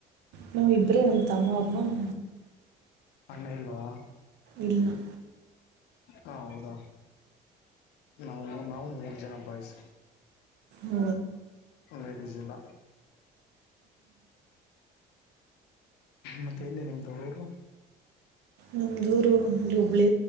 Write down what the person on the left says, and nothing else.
ಅಣ್ಣಾ ಇಲ್ಲವಾ
ಹ ಹೌದಾ ನಾವು ನಾವು ಮೂರ್ ಜನ ಬಯಸ
ಲಳ್ಳೇಡಿ ಜಿಲ್ಲಾ ಮತ್ತೆ ಇಲ್ಲ ನಿಮ್ದು ಊರು